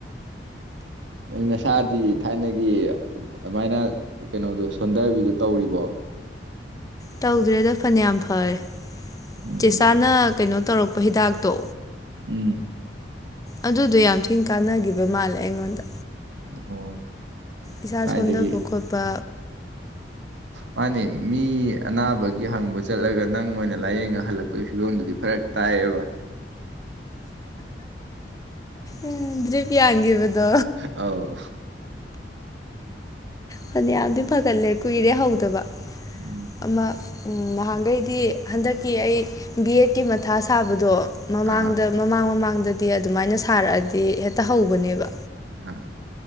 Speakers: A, on the right (about 85°); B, on the left (about 20°).
A: ꯅꯪ ꯅꯁꯥꯗꯤ ꯊꯥꯏꯅꯒꯤ ꯑꯗꯨꯃꯥꯏꯅ ꯀꯩꯅꯣꯗꯣ ꯁꯣꯟꯗꯕꯤꯗꯣ ꯇꯧꯔꯤꯕꯣ꯫
B: ꯇꯧꯗ꯭ꯔꯦꯗ ꯐꯅꯌꯥꯝ ꯐꯔꯦ
A: ꯎꯝ
B: ꯆꯦ ꯆꯥꯅ ꯀꯩꯅꯣ ꯇꯧꯔꯛꯄ ꯍꯤꯗꯥꯛꯇꯣ꯫
A: ꯎꯝ꯫
B: ꯑꯗꯨꯗꯣ ꯌꯥꯝ ꯊꯤꯅ ꯀꯥꯟꯅꯈꯤꯕ ꯃꯥꯜꯂꯦ ꯑꯩꯉꯣꯟꯗ꯫
A: ꯑꯣ꯫
B: ꯏꯁꯥ
A: ꯀꯥꯏꯗꯒꯤ
B: ꯁꯣꯟꯊꯕ ꯈꯣꯠꯄ꯫
A: ꯃꯥꯅꯤ ꯃꯤ ꯑꯅꯥꯕꯒꯤ ꯍꯪꯕ ꯆꯠꯂꯒ ꯅꯪ ꯑꯣꯏꯅ ꯂꯥꯏꯌꯦꯡꯉ ꯍꯜꯂꯛꯄ꯫ ꯈꯣꯏ ꯐꯤꯕꯝꯗꯨꯗꯤ ꯐꯔꯛ ꯇꯥꯏꯌꯦꯕ꯫
B: ꯎꯝ ꯗ꯭ꯔꯤꯞ ꯌꯥꯟꯈꯤꯕꯗꯣ꯫
A: ꯑꯥꯎ꯫
B: ꯐꯅꯌꯥꯝꯗꯤ ꯐꯒꯠꯂꯦ ꯀꯨꯏꯔꯦ ꯍꯧꯗꯕ
A: ꯎꯝ
B: ꯑꯃ꯫ ꯅꯍꯥꯟꯈꯩꯗꯤ ꯍꯟꯗꯛꯀꯤ ꯑꯩ ꯕꯤ ꯑꯦꯠꯀꯤ ꯃꯊꯥ ꯁꯥꯕꯗꯣ ꯃꯃꯥꯡꯗ꯫
A: ꯑꯥ
B: ꯃꯃꯥꯡ ꯃꯃꯥꯡꯗꯗꯤ ꯑꯗꯨꯃꯥꯏꯅ ꯁꯥꯔꯛꯑꯗꯤ ꯍꯦꯛꯇ ꯍꯧꯕꯅꯦꯕ꯫
A: <unintelligible>